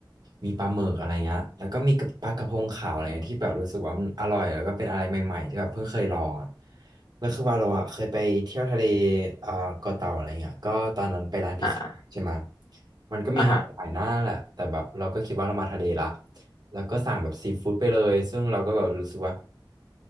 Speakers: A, on the right (about 55°); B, on the left (about 80°).
A: มีปลาหมึกอะไรเงี้ยแล้วก็มีปลากระพงขาวอะไรเงี้ยที่แบบรู้สึกว่ามันอร่อยแล้วก็เป็นอะไรใหม่ๆที่แบบเพิ่งเคยลองอ่ะ
B: อม
A: แล้วคือว่าเราอ่ะเคยไปเที่ยวทะเลอ่าเกาะเต่าอะไรเงี้ยก็ตอนนั้นไปร้านพิซซ่าใช่ไหม
B: อ่า
A: มันก็มีให้หลายหน้าแหละแต่แบบเราก็คิดว่าเรามาทะเลละ
B: อ่าฮะ
A: แล้วก็สั่งแบบซีฟู้ดไปเลยซึ่งเราก็แบบรู้สึกว่า